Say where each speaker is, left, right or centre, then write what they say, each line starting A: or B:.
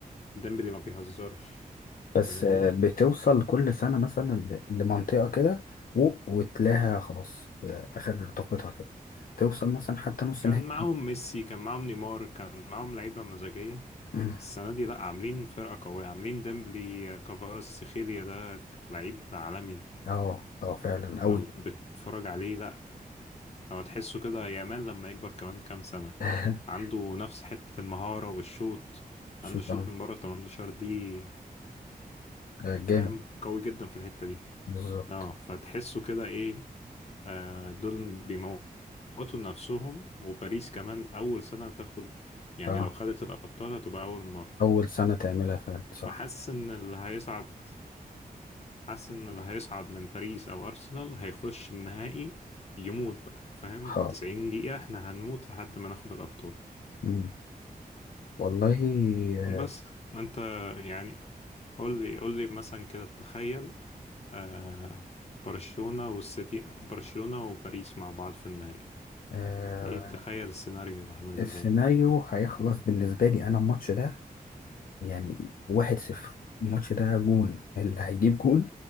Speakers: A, on the left; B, on the left.
A: ديمبلي ما بيهزرش
B: بس
A: فاهمني
B: آه، بتوصل كل سنة مثلا ل- لمنطقة كده و- وتلاقيها خلاص آه، آخر طاقتها كده توصل مثلا حتى نص
A: كان
B: نهائي
A: معاهم ميسي كان معاهم نيمار كان معاهم لعيبة مزاجية
B: مم.
A: السنة دي لأ عاملين فرقة قوية عاملين ديمبلي آه، كفاراتسخيليا سيخيليا ده لعيب عالمي
B: اه اه فعلا
A: لو
B: أوي
A: بتتفرج عليه لأ لو تحسه كده يامال لما يكبر كمان كام سنة
B: <laughs>
A: عنده نفس حتة المهارة والشوط عنده
B: شو
A: شوط
B: ده
A: من بره 18 دي
B: آه، جامد
A: فاهم قوي جدا في الحتة دي
B: بالظبط
A: اه فتحسوا كده ايه آه دول بيموتوا نفسهم وباريس كمان اول سنة تاخد يعني
B: اه
A: لو خدت الابطال هتبقى اول مرة
B: أول سنة تعملها فعلا
A: فحاسس
B: صح
A: ان اللي هيصعد حاسس ان اللي هيصعد من باريس او ارسنال هيخش النهائي يموت بقى فاهم
B: اه
A: 90 دقيقة احنا هنموت لحد ما ناخد الابطال
B: مم. والله آه
A: بس انت يعني قول لي قول لي مثلا كده تخيل آه برشلونة والسيتي برشلونة وباريس مع بعض في النهائي
B: آه
A: ايه تخيل السيناريو يبقى عامل
B: السيناريو
A: ازاي
B: هيخلص بالنسبة لي أنا الماتش ده يعني واحد صفر الماتش ده جون اللي هيجيب جون